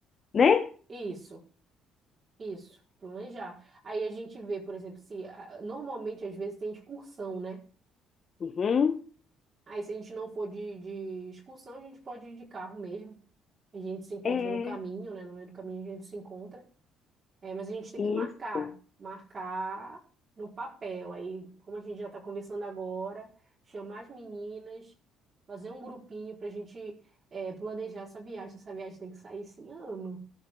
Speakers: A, on the left; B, on the right.
A: né?
B: Isso, isso, planejar. Aí a gente vê, por exemplo, se ah, normalmente às vezes tem excursão, né?
A: Uhum,
B: Aí se a gente não for de, de excursão, a gente pode ir de carro mesmo. A gente se encontra
A: é,
B: no caminho, né? No meio do caminho a gente se encontra. É, mas a gente tem
A: isso.
B: que marcar, marcar no papel. Aí, como a gente já está conversando agora, chamar as meninas, fazer um grupinho para a gente eh, planejar essa viagem. Essa viagem tem que sair esse ano